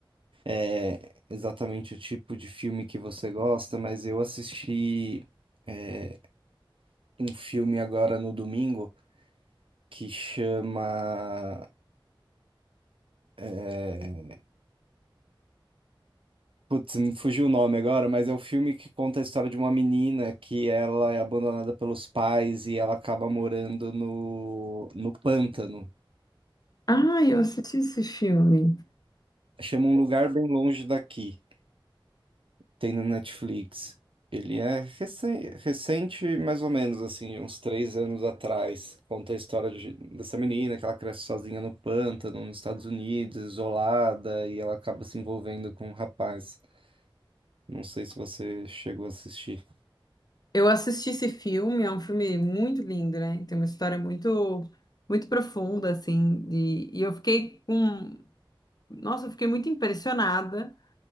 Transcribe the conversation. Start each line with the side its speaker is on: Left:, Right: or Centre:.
Right: é, exatamente o tipo de filme que você gosta, mas eu assisti é, um filme agora no domingo que chama... é, Putz, me fugiu o nome agora, mas é o filme que conta a história de uma menina que ela é abandonada pelos pais e ela acaba morando no, no pântano.
Left: Ah, eu assisti esse filme.
Right: Chama Um Lugar Bem Longe Daqui. Tem no Netflix. Ele é recen- recente, mais ou menos, assim, uns três anos atrás. Conta a história de- dessa menina que ela cresce sozinha no pântano, nos Estados Unidos, isolada, e ela acaba se envolvendo com um rapaz. Não sei se você chegou a assistir.
Left: Eu assisti esse filme, é um filme muito lindo, né? Tem uma história muito, muito profunda, assim, de- e eu fiquei com, nossa, eu fiquei muito impressionada